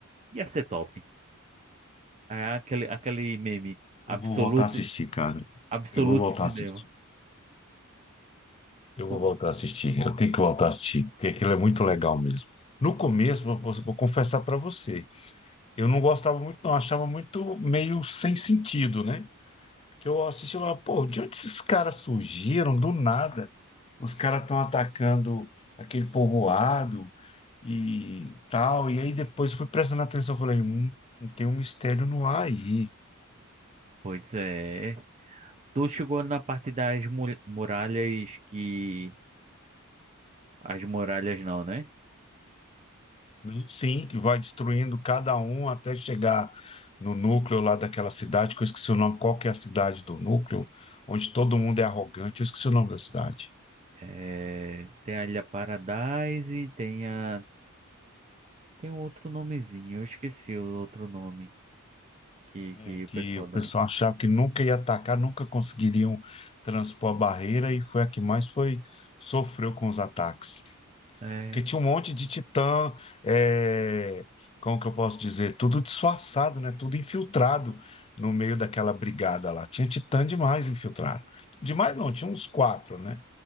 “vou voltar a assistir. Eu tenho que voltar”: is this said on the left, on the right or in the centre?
Left